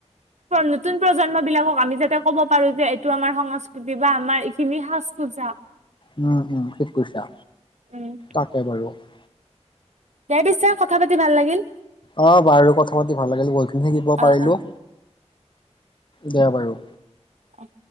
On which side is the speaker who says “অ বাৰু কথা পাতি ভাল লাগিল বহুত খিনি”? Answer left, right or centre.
Left